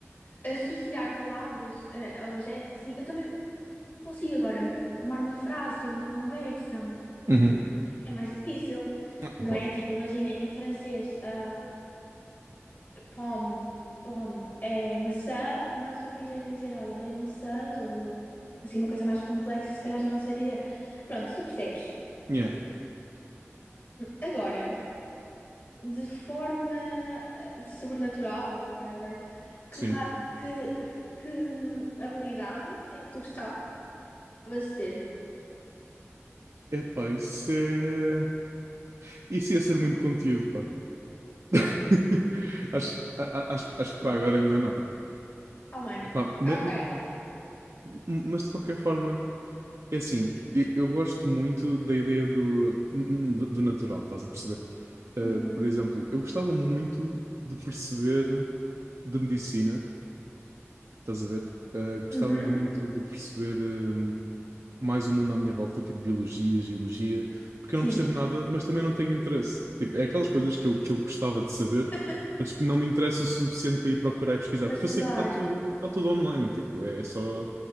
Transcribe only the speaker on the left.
associar palavras eh, a objetos assim, eu também consigo agora formar uma frase, ter uma conversa.
É mais difícil,
não
é? Tipo, imagina, em francês, ah, pomme, pomme é maçã, mas se eu quiser dizer, olha, odeio maçãs ou assim, uma coisa mais complexa, se calhar já não sei dizer. Pronto, tu percebes.
Agora, de forma eh, sobrenatural ou whatever,
que, ra- que, ai, que hum, habilidade é que tu gostavas de ter?
Tá bem.
Ok.
Uhum.
Uhum.
Sim,
<laughs>
para
estudar.